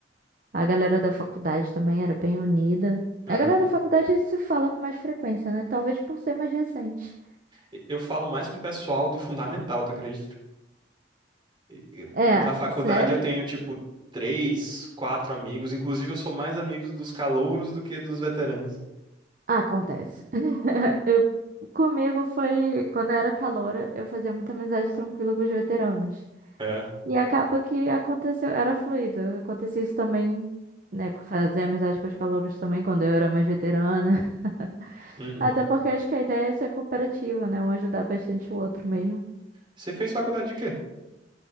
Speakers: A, on the right; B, on the right.
A: a galera da faculdade também era bem unida.
B: Aham.
A: A galera da faculdade se fala com mais frequência, né? Talvez por ser mais recente.
B: E- Eu falo mais com o pessoal do fundamental, tu acredita? Eu-
A: É,
B: o da faculdade
A: sério?
B: eu tenho, tipo, três, quatro amigos. Inclusive, eu sou mais amigos dos calouros do que dos veteranos.
A: Ah, acontece. <laughs> Eu, comigo foi, quando eu era caloura, eu fazia muita amizade tranquila com os veteranos.
B: É.
A: E acaba que aconteceu, era fluido. Acontecia isso também, né? com- Fazer amizade com os calouros também, quando eu era mais veterana. <laughs>
B: Uhum.
A: Até porque acho que a ideia é ser cooperativa, né? Um ajudar bastante o outro mesmo.
B: Você fez faculdade de quê?